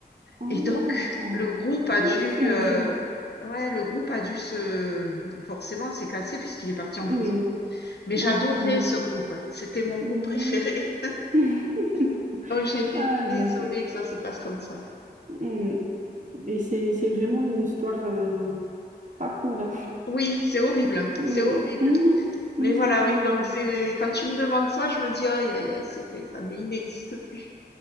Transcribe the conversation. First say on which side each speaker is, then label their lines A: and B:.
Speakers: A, on the right (about 45°); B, on the left (about 70°).
A: Oh,
B: Et donc,
A: oh.
B: le groupe a dû,
A: Ouh, C'est horrible.
B: euh, ouais, le groupe a dû se, forcément, s'est cassé puisqu'il est parti en
A: Oui.
B: prison. Mais j'adorais
A: Ah, d'accord.
B: ce groupe. C'était mon groupe
A: Mhm.
B: préféré.
A: <laughs>
B: <laughs> Donc, j'ai été
A: Ah,
B: désolée
A: d'accord.
B: que ça se passe comme ça.
A: Mhm. Et c'est, c'est vraiment une histoire euh, pas cool, hein.
B: Oui, c'est horrible.
A: <laughs>
B: hein.
A: Oui.
B: C'est horrible.
A: Mhm. Oui,
B: Mais voilà,
A: c'est vraiment
B: oui. Donc,
A: horrible.
B: c'est, quand tu me demandes ça, je me dis, aïe, aïe, aïe, c'est vrai, ça ne, il n'existe plus.